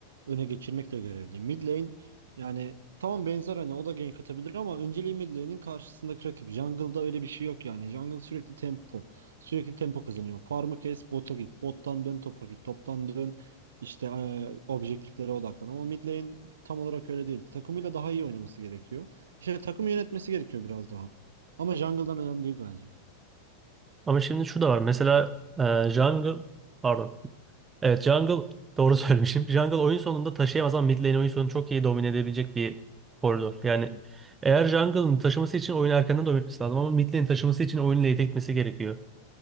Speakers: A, on the right; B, on the right.
A: öne geçirmekle görevli. Mid lane yani tamam benzer hani o da gank atabilir ama önceliği mid lane'in karşısındaki rakip. Jungle'da öyle bir şey yok yani. Jungle sürekli tempo. Sürekli tempo kazanıyor. Farm'ı kes, bota git. Bottan dön topa git. Toptan dön işte eee, objektiflere odaklan. Ama mid lane tam olarak öyle değil. Takımıyla daha iyi oynaması gerekiyor. İşte takım yönetmesi gerekiyor biraz daha. Ama jungle'dan önemli değil bence.
B: Ama şimdi şu da var. Mesela e, jungle pardon. Evet jungle doğru <laughs> söylemişim. Jungle oyun sonunda taşıyamaz ama mid lane oyun sonunu çok iyi domine edebilecek bir koridor. Yani eğer jungle'ın taşıması için oyunu erkenden domine etmesi lazım ama mid lane taşıması için oyunu late etmesi gerekiyor.